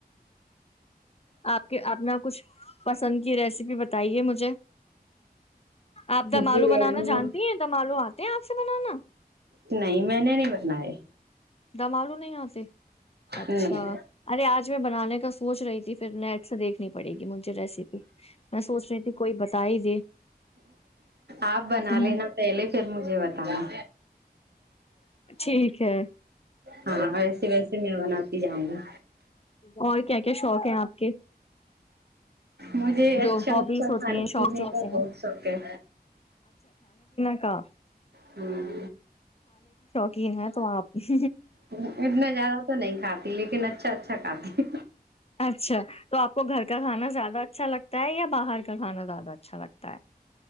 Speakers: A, on the left; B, on the right.
A: آپ کے اپنا کچھ پسند کی ریسیپی ب بتائیے مجھے آپ دمالو
B: بریانی
A: بنانا جانتی ہیں دمالو آتے آپ سے بنانا
B: نہیں میں نے نہیں بناائے
A: دمالو نہیں آتے اچھا
B: نہیں
A: ارے آج میں بنانے کا سوچ رہی تھی پھر نیٹ سے دیکھنی پڑے گی مجھے ریسیپی میں سوچ رہی تھی کوئی بت ہی دے
B: آپ بنا
A: ہوں،
B: لینا پہلے پھر مجھے بتانا
A: ٹھیک ہے
B: ہاں ویسے ویسے میں بناتی جاؤں گی
A: اور کیا کیا شوق ہیں آپ کے <inaudible>
B: مجھے اچھا
A: جو ہابیز
B: اچھا
A: ہوتی
B: کھانے
A: ہیں شوق
B: پینے
A: جو ہوتے
B: کا بہت
A: ہیں
B: شوق ہے
A: ہاں
B: ہمم
A: یین ہے تو آپ ہی
B: اتنا زیادہ تو نہیں کھاتا لیکن اچھا اچھا کھاتی
A: اچھا تو آپ کو گھر کا کھانا زیادہ اچھا لگتا یا باہر کا کھانا زیادہ اچھا لگتا ہے